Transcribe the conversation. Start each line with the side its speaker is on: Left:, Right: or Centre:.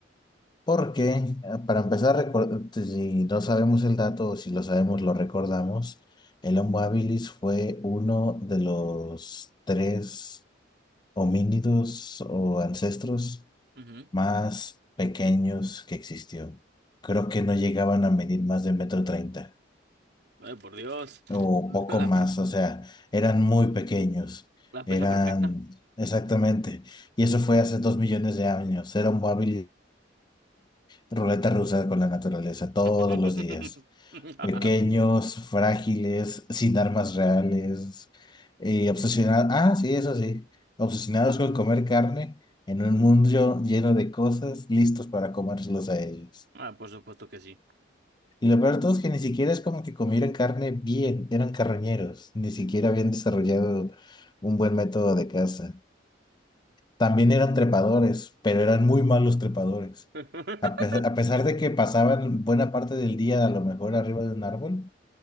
Left: Porque, eh, para empezar, recor- si no sabemos el dato o si lo sabemos, lo recordamos, el Homo habilis fue uno de los tres homínidos o ancestros
Right: Ujú.
Left: más pequeños que existió. Creo que no llegaban a medir más de metro treinta
Right: Ay, por Dios.
Left: o
Right: <laughs>
Left: poco
Right: La,
Left: más, o sea, eran muy pequeños,
Right: la
Left: eran
Right: presa perfecta.
Left: exactamente. Y eso fue hace dos millones de años. Era un móvil ruleta rusa con la naturaleza todos
Right: <laughs>
Left: los días. Pequeños, frágiles, sin armas reales, y obsesionados, ah, sí, eso sí, obsesionados con comer carne en un mundo lleno de cosas listos para comérselos a ellos.
Right: Ah, por supuesto que sí.
Left: Y lo peor de todo es que ni siquiera es como que comieran carne bien, eran carroñeros, ni siquiera habían desarrollado un buen método de caza. También eran trepadores, pero eran muy malos trepadores.
Right: <laughs>
Left: A pesar, a pesar de que pasaban buena parte del día a lo mejor arriba de un árbol,